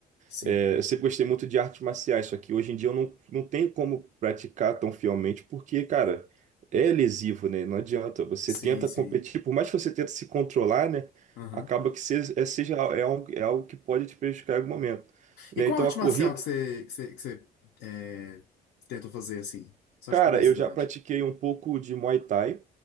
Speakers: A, on the left (about 80°); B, on the right (about 45°).
A: Sim,
B: É, eu sempre gostei muito de artes marciais, só que hoje em dia eu não, não tenho como praticar tão fielmente, porque, cara, é lesivo, né? Não adianta. Você
A: sim,
B: tenta
A: sim.
B: competir, por mais que você tente se controlar, né?
A: Aham.
B: Acaba que seja, é, seja, é, algo, é algo que pode te prejudicar em algum momento. Né?
A: E qual
B: Então
A: arte
B: a corrida.
A: marcial que você, que você, que você, é, tentou fazer assim? Só
B: Cara,
A: de curiosidade.
B: eu já pratiquei um pouco de Muay Thai,